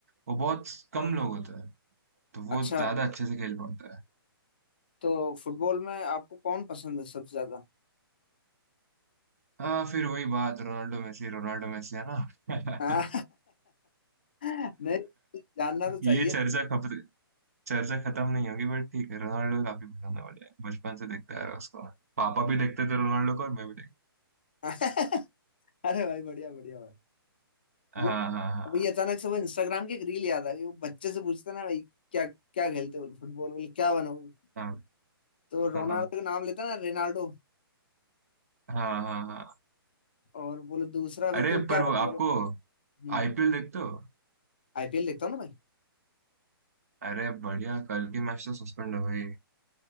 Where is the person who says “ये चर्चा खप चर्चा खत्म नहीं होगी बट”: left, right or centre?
Right